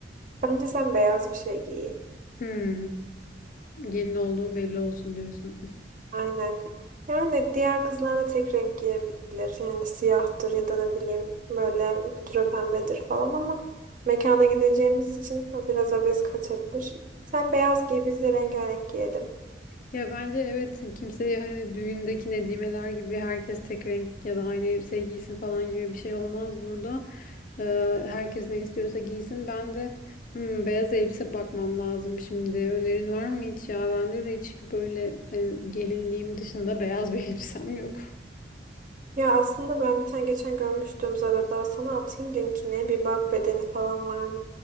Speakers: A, on the right; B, on the left.
A: Bence sen beyaz bir şey giy.
B: Hmm. Gelin olduğum belli olsun diyorsun.
A: Aynen. Yani diğer kızlar da tek renk giyebilir. Yani siyahtır ya da ne bileyim böyle pudra pembedir falan ama mekana gideceğimiz için o biraz abes kaçabilir. Sen beyaz giy biz de rengarenk giyelim.
B: Ya bence evet kimseye hani düğündeki nedimeler gibi herkes tek renk ya da aynı elbise giysin falan gibi bir şey olmaz burada. Ee, herkes ne istiyorsa giysin. Ben de hmm, beyaz elbise bakmam lazım şimdi. Önerin var mı hiç ya? Bende de hiç böyle e, gelinliğim dışında beyaz bir <laughs> elbisem yok.
A: Ya aslında ben bir tane geçen görmüştüm Zara'da. Sana atayım linkini. Bir bak bedeni falan var